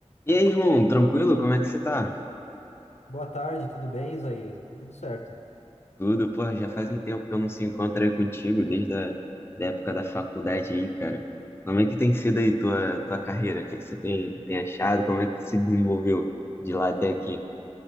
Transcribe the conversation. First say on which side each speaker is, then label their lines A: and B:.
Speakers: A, on the left (about 20°); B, on the left (about 80°).
A: E aí, irmão, tranquilo? Como é que você tá?
B: Boa tarde, tudo bem, Isaías? Aqui tudo certo.
A: Tudo, porra, já faz um tempo que eu não se encontro aí contigo, desde a da época da faculdade aí, cara. Como é que tem sido aí tua, tua carreira? O que é que você tem, tem achado? Como é que tu se desenvolveu de lá até aqui?